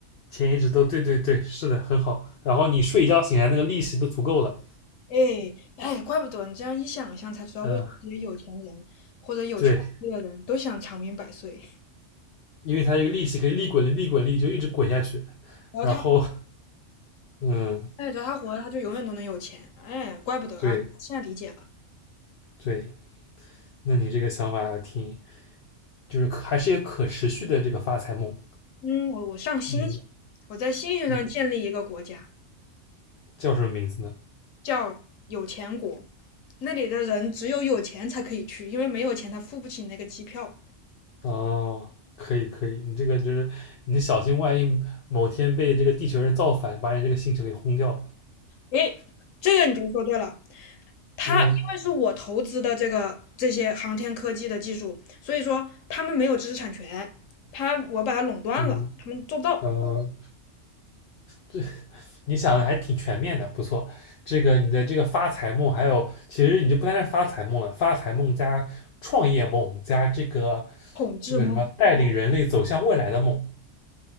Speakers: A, on the left (about 55°); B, on the left (about 85°).
A: 钱一直都对对对，是的，很好。然后你睡一觉醒来，那个利息都足够了，
B: 哎哎，怪不得你这样一想象才知道，
A: 嗯，
B: 为什么这些有钱人或者有权利的人都想长命百岁。
A: <laughs> 对，因为它这个利息可以利滚利，利滚利就一直滚下去。
B: 然后他，
A: 然后，嗯，
B: 哎，只要他活着，他就永远都能有钱。哎，怪不得啊，
A: 对
B: 现在理解了。
A: 对，那你这个想法挺就是还是一个可持续的这个发财梦。
B: 嗯，我我上星星，
A: 嗯，
B: 我在星星上建立一个国家，
A: 嗯叫什么名字呢？
B: 叫有钱国。那里的人只有有钱才可以去，因为没有钱他付不起那个机票。
A: 哦，可以可以，你这个就是你小心，万一某天被这个地球人造反，把你这个星球给轰掉了。
B: 哎，这个你就说对了。他因为是我投资的这个这些航天科技的技术，
A: 嗯
B: 所以说他们没有知识产权，他我把它垄断了，
A: 嗯
B: 他们做不到
A: 呃，这你想的还挺全面的，不错。这个你的这个发财梦，还有其实你就不单是发财梦了，发财梦加创业梦加这个
B: 统治吗？
A: 这个什么带领人类走向未来的梦，